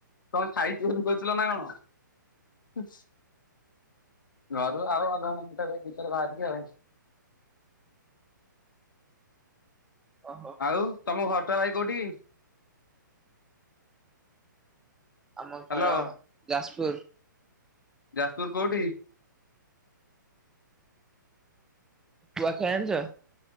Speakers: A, on the left (about 80°); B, in the centre.
A: କଣ ଖାଇଛି ବୋଲି କହୁଥିଲ ନା କଣ? ହୁଁ। ଘରୁ ଆଉ ଅଧା ଘଣ୍ଟା କି ଘଣ୍ଟାଏ ଖଣ୍ଡେ ଭିତରେ ବାହାରିବି ଆଉ।
B: ଓହୋ
A: ଆଉ ତମ ଘରଟା ଭାଇ କୋଉଠି କି?
B: ଆମ ଘର
A: ହ୍ୟାଲୋ
B: ଯାଜପୁର।
A: ଯାଜପୁର କୋଉଠି?
B: କୁଆଖିଆ ଜାଣିଛ?